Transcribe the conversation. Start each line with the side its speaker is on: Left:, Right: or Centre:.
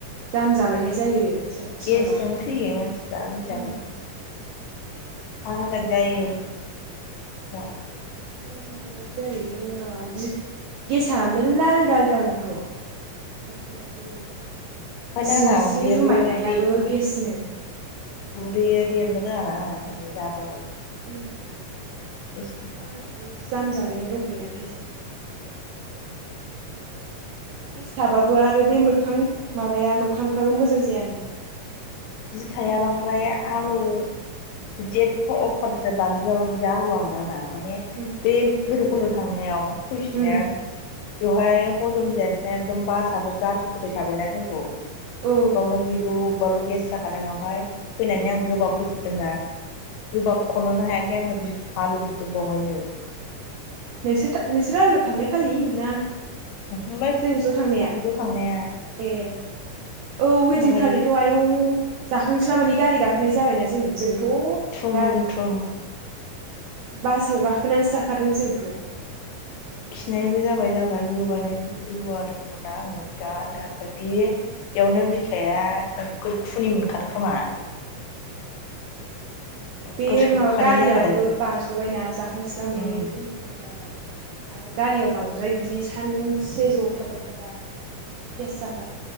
Right: जाम जालायनाय जायो सोरनावबा
Left: गेसजों
Right: सोरनावबा
Left: थैयो मानसिफ्रा मिथियाखैबा
Right: उम
Left: थार थग जायो
Right: थ' माबायदि जायो गेसा मेर्ला आलदा आलदा दंथ' सोरनाव सोरनाबा बुरि
Left: ओंखायनो
Right: सिनस्रि
Left: आंना उदैयाबो
Right: रुमायनायाबो
Left: दे
Right: गेसनो
Left: उदैया देरनो रोङाना आंना ओंखायनो जाबाबो।
Right: उम
Left: इस्ला <unintelligible>
Right: आंनाथ' जाम जालायनाय दंखायोदां गेसा। गेसथाबाबो आरो बे मोखां माबाया मोखांफ्राबो मोजां जायानो।
Left: बिखाया बांद्राय आलौ बिदि एथ' अफारद्राय बानलु जाबाबो बिदि आलुवामोन आंना। माने
Right: उम
Left: बे भैरबकुन्द' थांनायाव फैफिननाया
Right: उम
Left: बेवहाय हजम जायासैना एकदम बासआबो गारखोबाय थाबायना जोंखौ
Right: औ
Left: बावनो गिलु बबबावल' गेस जाखादों ओमफ्राय फैनानै आं गोबाव फैदेरदोंना गोबा खननोनो हायाखै आंनो बिखा लुजोबदों बेवहायनो
Right: नोंसोर नोंसोरो आंनो थांनाय खालि ना
Left: नोंलाय
Right: जों ज' थांनाया
Left: ज' थांनाया
Right: ए औ होदिनखालिथ'
Left: दालाय
Right: आयं जाखांस्ला मोननि गारि गाखोनाय जाबायना जोङो जों
Left: थुम
Right: गा
Left: थुम
Right: बासाव गाखोनानै जाखादों जोंथ' ओंखामखौनो
Left: खिनायबो जाबाय जाबाय गोबानो गोबादोंमोन दा आङो जानो
Right: ए
Left: ओमफ्राय बे बेयावनो बिखाया नोगोखुनि मोनखादों खोमा नोगोर
Right: बे
Left: सौखानाय
Right: माबा गारियाबो
Left: जाखादों
Right: बाज्ल'बायना जाखांस्ला मानानि
Left: उम
Right: थुम थुम जाबाय आरो गारियाव बांद्राय बिदि सानसे जथाबबाय थाबा गेस जाखो